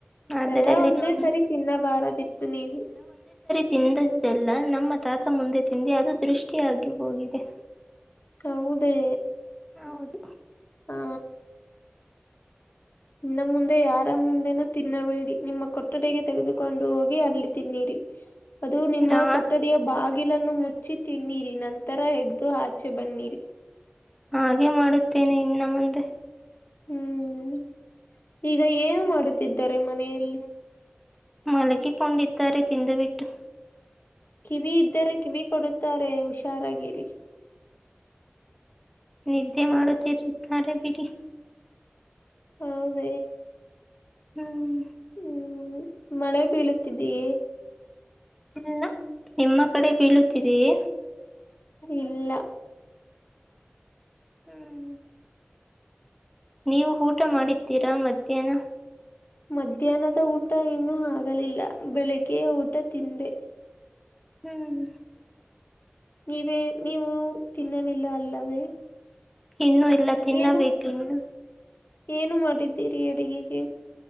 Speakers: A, in the centre; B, on the left.
A: ಅದರಲ್ಲಿ
B: ಎಲ್ಲ ಒಂದೇ
A: ನಮ್
B: ಸರಿ ತಿನ್ನಬಾರದಿತ್ತು ನೀವು.
A: ತಿಂದದ್ದೆಲ್ಲ ನಮ್ಮ ತಾತ ಮುಂದೆ ತಿಿಂದಿ ಅದು ದೃಷ್ಟಿಯಾಗಿ ಹೋಗಿದೆ.
B: ಹೌದೇ
A: ಹೌದು
B: ಹಾ. ಇನ್ನು ಮುಂದೆ ಯಾರ ಮುಂದೆನು ತಿನ್ನಬೇಡಿ ನಿಮ್ಮ ಕೊಠಡಗೆ ತೆಗೆದುಕೊಂಡು ಹೋಗಿ ಅಲ್ಲಿ ತಿನ್ನಿರಿ. ಅದು ನಿಮ್ಮ
A: ರಾತ್
B: ಕೊಠಡಿಯ ಬಾಗಿ. ಕಲನ್ನು ಮುಚ್ಚಿ ತಿನ್ನಿರಿ ನಂತರ ಎದ್ದು ಆಚೆ ಬನ್ನಿರಿ.
A: ಹಾಗೆ ಮಾಡುತ್ತೇನೆ ಇನ್ನು ಮುಂದೆ.
B: ಹ್ಮ್ ಈಗ ಏನು ಮಾಡುತ್ತಿದ್ದಾರೆ ಮನೆಯಲ್ಲಿ.
A: ಮಲಗಿಕೊಂಡಿದ್ದಾರೆ ತಿಂದು ಬಿಟ್ಟು.
B: ಕಿವಿ ಇದ್ದರೆ ಕಿವಿ ಕೊಡುತ್ತಾರೆ ಹುಷಾರಾಗಿರಿ
A: ನಿದ್ದೆ ಮಾಡುತ್ತಿರುತ್ತಾರೆ ಬಿಡಿ.
B: ಹೌದ
A: ಹ್ಮ್.
B: ಹ್ಮ್ ಮಳೆ ಬೀಳತಿದೀಏ.
A: ಇ ನಿಮ್ಮ ಕಡೆ ಬೀಳುತಿದೀಯ.
B: ಇಲ್ಲ.
A: ಹ್ಮ್. ನೀವು ಊಟ ಮಾಡಿದ್ದೀರಾ ಮಧ್ಯಾಹ್ನ.
B: ಮಧ್ಯಾಹ್ನದ ಊಟ ಇನ್ನೂ ಆಗಲಿಲ್ಲ ಬೆಳಿಗ್ಗೆ ಊಟ ತಿಂದೆ.
A: ಹ್ಮ್.
B: ನೀವೇ ನೀವು ತಿನ್ನಲಿಲ್ಲ ಅಲ್ಲವೇ.
A: ಇನ್ನುೂ ಇಲ್ಲ ತಿನ್ನಬೇಕು
B: ಏನು
A: ಇನ್ನು
B: ಏನು ಮಾಡಿದ್ದೀರಿ ಅಡಗೆಗೆ.